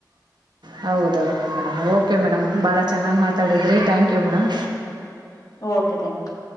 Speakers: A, on the right (about 75°); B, on the left (about 50°).
A: ಹೌದೌದು ಮೇಡಂ ಅವ್ ಓಕೆ ಮೇಡಂ
B: ಹ್ಮ್
A: ಭಾಳ ಚೆನ್ನಾಗಿ ಮಾತಾಡಿದ್ರಿ ಥ್ಯಾಂಕ್ಯೂ ಮೇಡಂ
B: ಓಕೆ ಥಾಂಕ್ಯು